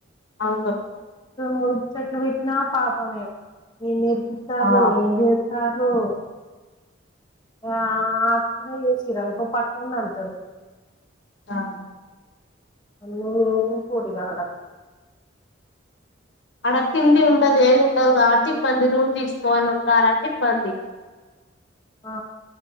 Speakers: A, on the left; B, on the left.
A: అవునా
B: ముడిచేట్లు పెట్టినా పాపమే ఈ నీరు ఇత్తారు
A: ఆ
B: ఏం చేస్ తారు ఆ ఆ ఆ అది చేసిర్రు అనుకో పట్టుకొని తంతారు
A: అవును
B: <unintelligible> ఇంకోటి కావాలా
A: అడ తిండి ఉండదు ఏది ఉండదు కాబట్టి ఇబ్బంది రూమ్ తీసుకోవాల ఉంటారంటే ఇబ్బంది
B: ఆ